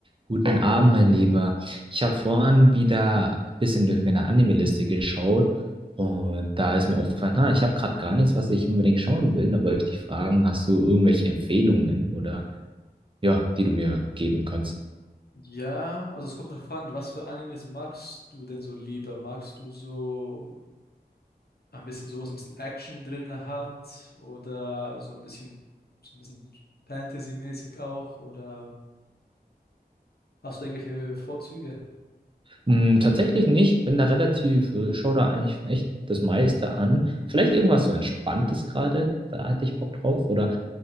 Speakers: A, on the right; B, on the left.
A: Guten Abend, mein Lieber. Ich habe vorhin wieder ein bisschen durch meine Anime-Liste geschaut und da ist mir aufgefallen, ha, ich habe gerade gar nichts, was ich unbedingt schauen will. Da wollte ich dich fragen, hast du irgendwelche Empfehlungen oder ja, die du mir geben kannst?
B: Ja, also es kommt darauf an, was für Animes magst du denn so lieber? Magst du so ein bisschen sowas, ein bisschen Action drin hat oder so ein bisschen so ein bisschen Fantasy-mäßig auch oder hast du irgendwelche Vorzüge?
A: Hm, tatsächlich nicht, bin da relativ, äh, schau da eigentlich echt das meiste an. Vielleicht irgendwas so Entspanntes gerade, da hätte ich Bock drauf oder